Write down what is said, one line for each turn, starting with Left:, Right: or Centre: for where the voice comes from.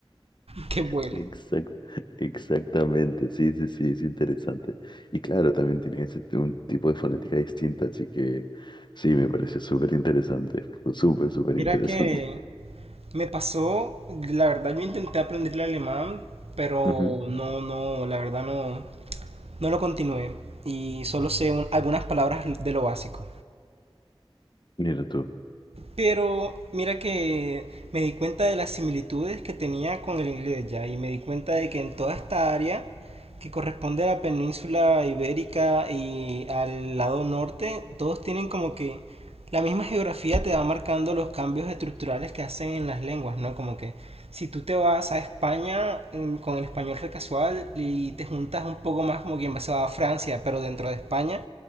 Right: Que vuele.
Left: exact- exactamente, sí, sí, sí, es interesante. Y claro, también tiene ese t- un tipo de fonética distinta, así que sí, me pareció súper interesante, fue súper, súper
Right: Mira
Left: interesante.
Right: que me pasó, la verdad yo intenté aprender el alemán, pero
Left: Ujú,
Right: no, no, la verdad no, no lo continué. Y solo sé un- algunas palabras de lo básico.
Left: Mira tú,
Right: Pero mira que me di cuenta de las similitudes que tenía con el inglés ya y me di cuenta de que en toda esta área que corresponde a la península ibérica y al lado norte, todos tienen como que la misma geografía te va marcando los cambios estructurales que hacen en las lenguas, ¿no? Como que si tú te vas a España mm, con el español recasual y te juntas un poco más como quien va se va a Francia, pero dentro de España,